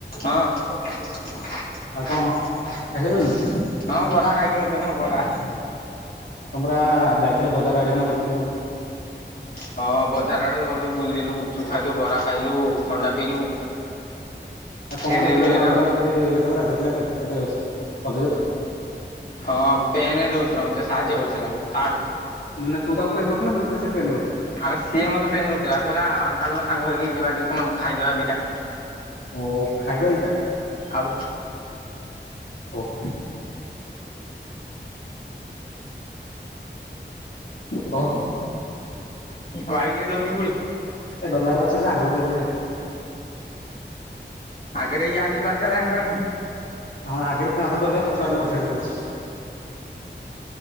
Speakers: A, on the left; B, on the left.
A: ହଁ ହଁ
B: ଆଉ କଣ ଖାଇସାରିଲୁଣି?
A: ବରା ଖାଇକି ଆଉଛନ୍ତି ବରା।
B: ଆଉ ତମର ଯାଇଥିଲ ବଜାର ଆଡି ନଁ ଦେଇଥିଲ ତମକୁ।
A: ହଁ ବଜାର ଆଡେ ଗଲୁ ବୁଲିଲୁ, ଗୁପଚୁପ ଖାଇଲୁ, ବରା ଖାଇଲୁ, ଥଣ୍ଡା ପିଇଲୁ
B: ଆଉ କଣ
A: ଫେରିଲୁ
B: ଗୋଟେ ପେନ୍
A: ଏଇନା
B: ହଉଥିଲା
A: ଆଉ
B: ଗୋଟେ ୟେ ପରା ଝିଅ ପିଲାଟେ ଗୋଟେ କଲେଜରେ?
A: ହଁ ପେନ ଦଉଥିଲା ମତେ ସାହାଯ୍ୟ କରୁଥିଲା ତତା ଆଡୁ।
B: ମନେ ତୁ ତାକୁ ପେନ୍ ଦେଉଥିଲୁ ନା ସେ ତତେ ପେନ୍ ଦଉଥିଲା?
A: ଆରେ ସିଏ ମତେ ପେନ ଦଉଥିଲା, କହିଲା ଚାଲୁନ ସାଙ୍ଗ ହେଇକି ଯିବା ଟିକେ କଣ ଖାଇଦବା ଦିଟା।
B: ଓ ଖାଇବା ଦି ଟା?
A: ଆଉ।
B: ହଉ। ହଁ
A: କୁଆଡ଼େ କି ରେ ଦୌଡ଼ି ପଳଉଛୁ?
B: <unintelligible> ପଛରେ ଆଗକୁ ପଳେଇଲେ ଏବେ।
A: ଆଗରେ ୟା ନିିବାସ ଟା ଜାଣିପାରୁନୁ?
B: ଆଁ ଆଗରେ ପୁଣି ଆଉଥରେ ଟଳି ଦେବେ ପଛ ଆଡେ ମଝି ଆଡେ ପଳେଇଆସିବ।